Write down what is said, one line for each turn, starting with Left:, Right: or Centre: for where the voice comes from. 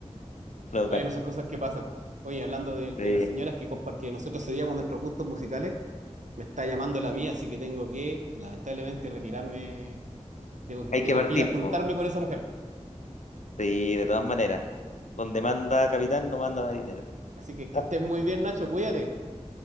Left: No,
Right: Bueno,
Left: cacho.
Right: son cosas que pasan. Oye, hablando de, de
Left: Sí,
Right: las señoras que, compa- que nosotros cedíamos nuestros gustos musicales, me está llamando la mía, así que tengo que, lamentablemente, retirarme. Tengo que,
Left: hay
Right: tengo
Left: que partir,
Right: que ir a juntarme
Left: po.
Right: con esa mujer.
Left: Sí, de todas maneras. Donde manda capitán, no manda marinero.
Right: Así que que
Left: <laughs>
Right: estés muy bien, Nacho, cuídate.